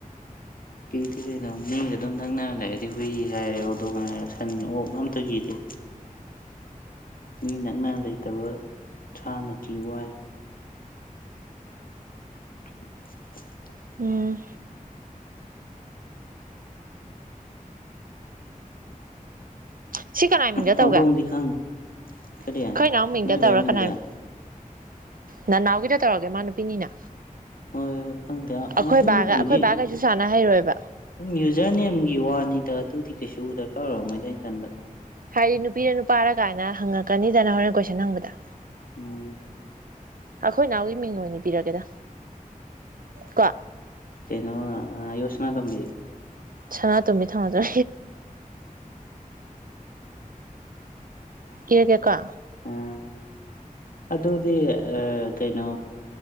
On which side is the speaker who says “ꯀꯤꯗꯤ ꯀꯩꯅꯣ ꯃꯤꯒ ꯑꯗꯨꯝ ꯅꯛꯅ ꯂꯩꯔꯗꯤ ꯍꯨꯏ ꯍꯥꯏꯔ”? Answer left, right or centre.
Left